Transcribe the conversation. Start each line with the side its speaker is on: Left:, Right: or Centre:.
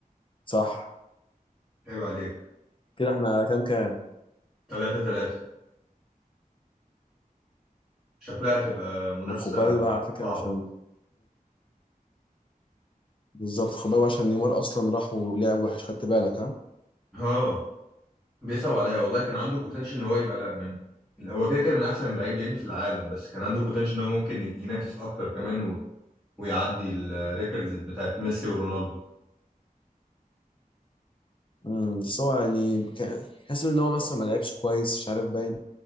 Left: صح
Centre: عيب عليك
Left: كده احنا كام كام
Centre: تلاتة تلاتة شكلها هتبقى منافسة
Left: خد بالك بقى على فكرة
Centre: صعبة
Left: عشان بالظبط خد بالك بقى عشان نيمار اصلا راح ولعب وحش خدت بالك ها
Centre: ها بيصعب عليا والله كان عنده بوتنشال ان هو يبقى لا من هو كده كده من احسن اللاعبين في العالم بس كان عنده بوتنشال ان هو ممكن ينافس اكتر كمان و... ويعدي الريكوردز بتاعت ميسي ورونالدو
Left: امم بس هو يعني كان- تحس ان هو مثلا ما لعبش كويس مش عارف باين